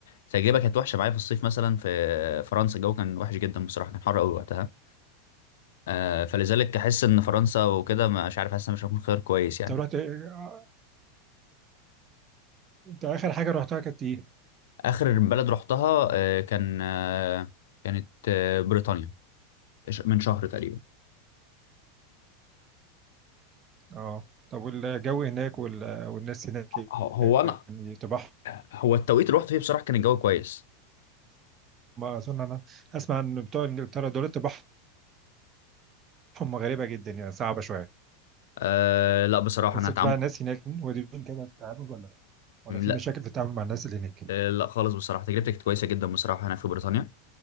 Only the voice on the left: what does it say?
التجربه كانت وحشه معايا في الصيف مثلا في فرنسا الجو كان وحش جدا بصراحه كان حر قوي وقتها آه، فلذلك احس ان فرنسا وكده مش عارف حاسس إن مش هكون خيار كويس يعني
اخر بلد رحتها آه، كان آه، كانت آه، بريطانيا ش- من شهر تقريبا
هو هو انا
هو التوقيت اللي رحت فيه بصراحه كان الجو كويس
أه لا بصراحه
انا هتعم
لا
آه، لا خالص بصراحه تجربتي كانت كويسه جدا بصراحه هنا في بريطانيا